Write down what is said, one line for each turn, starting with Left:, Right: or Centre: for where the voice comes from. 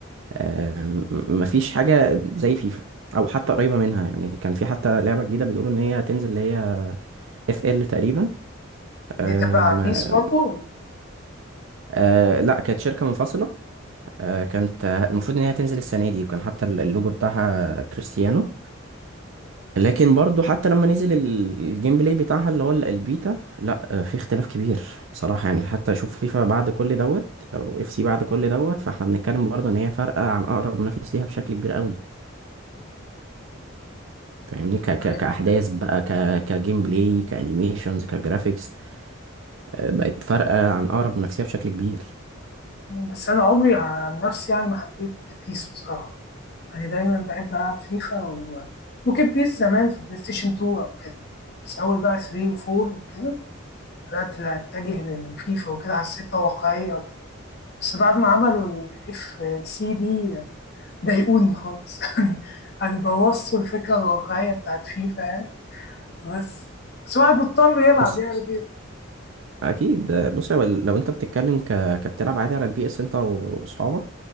Right: آه، م- مفيش حاجة زي فيفا أو حتى قريبة منها يعني كان في حتى لعبة جديدة بيقولوا إن هي هتنزل اللي هي اف ال تقريبا آه
Left: دي تبع
Right: ما
Left: بيس برضه
Right: آه لا كانت شركة منفصلة آه كانت آه، المفروض إن هي هتنزل السنة دي وكان حتى ال- اللوجو بتاعها كريستيانو لكن برضو حتى لما نزل ال- الجيم بلاي بتاعها اللي هو ال- البيتا لا آه، في اختلاف كبير بصراحة يعني حتى شوف فيفا بعد كل دوت او اف سي بعد كل دوت فاحنا بنتكلم برضو ان هي فارقة عن اقرب منافس ليها بشكل كبير قوي فاهمني ك ك
Left: أيوة.
Right: كأحداث بقى ك كجيم بلاي كأنيميشنز كجرافيكس آه، بقت فارقة عن أقرب منافسيها بشكل كبير
Left: بس أنا عمري عن نفسي يعني ما حبيت بيس بصراحة يعني دايما بحب ألعب فيفا وممكن بيس زمان في بلاي ستيشن 2 أو كده بس أول بقى 3 و4 وكده بدأت لا أتجه للفيفا وكده حسيتها واقعية أكتر بس بعد ما عملوا الاف سي دي ضايقوني خالص <laughs> يعني يعني بوظوا الفكرة الواقعية بتاعت فيفا يعني بس بس الواحد مضطر يلعب
Right: بص
Left: يعمل إيه
Right: اكيد آه، بص هو لو انت بتتكلم ك... كبتلعب عادي على البي اس انت واصحابك